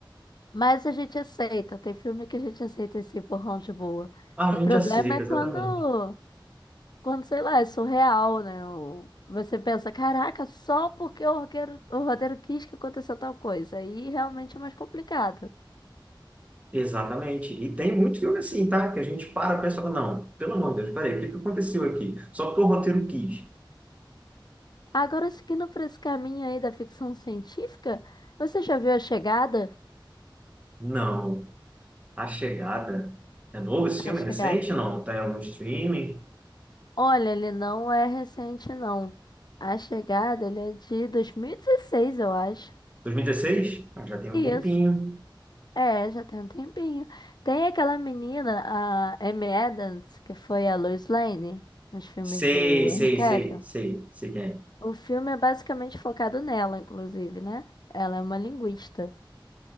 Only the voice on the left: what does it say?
Mas a gente aceita. Tem filme que a gente aceita esse empurrão de boa.
O
problema
é
quando, quando, sei lá, é surreal, né? O- Você pensa, caraca, só porque o roteiro, o roteiro quis que aconteceu tal coisa. Aí realmente é mais complicado.
Agora, seguindo por esse caminho aí da ficção científica, você já viu A Chegada?
A Chegada.
Olha, ele não é recente, não. A Chegada, ele é de 2016, eu acho.
Isso.
É, já tem um tempinho. Tem aquela menina, a Amy Adams, que foi a Lois Lane nos filmes
do
Henry Cavill.
O filme é basicamente focado nela, inclusive, né? Ela é uma linguista.